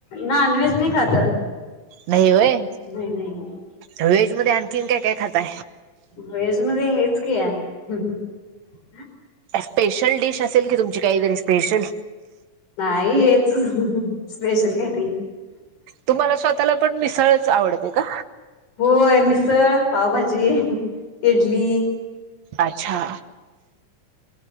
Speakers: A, on the left (about 75°); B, on the right (about 65°).
A: नॉनव्हेज नाही खात
B: नय होय.
A: नाही नाही
B: व्हेजमध्ये आणखीन काय काय खातय?
A: वेज मध्ये हेच कि- -
B: स्पेशल डिश असेल कि तुमची काहीतरी स्पेशल?
A: नाही हेच स्पेशल काय नाही.
B: तुम्हाला स्वतःला पण मिसळच आवडते का?
A: होय मिसळ पावभाजी इडली --
B: अच्छा.